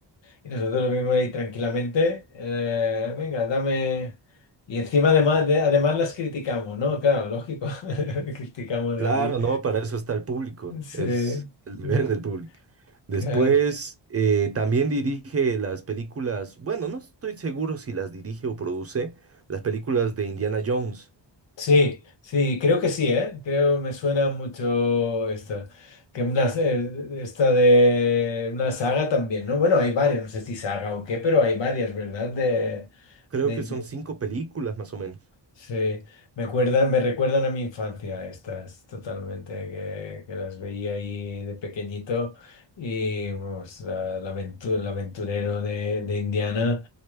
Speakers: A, on the left; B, on the right.
A: y nosotros lo vimos ahí tranquilamente, eh, venga, dame, y encima además, de- además las criticamos, ¿no? Claro, lógico, <laughs> criticamos
B: Claro,
A: aquí.
B: ¿no? Para eso está el público,
A: Sí,
B: es el deber
A: sí,
B: del público. Después,
A: claro.
B: eh, también dirige las películas, bueno, no estoy seguro si las dirige o produce, las películas de Indiana Jones.
A: sí, sí, creo que sí, ¿eh? Creo me suena mucho esta. Que una, eh, esta de una saga también, ¿no? Bueno, hay varias, no sé si saga o qué, pero hay varias, ¿verdad? De,
B: Creo
A: de-
B: que son
A: de-
B: cinco películas más o menos.
A: sí, me acuerdan, me recuerdan a mi infancia estas, totalmente, que, que las veía ahí de pequeñito y, vamos, la, la aventu- el aventurero de, de Indiana.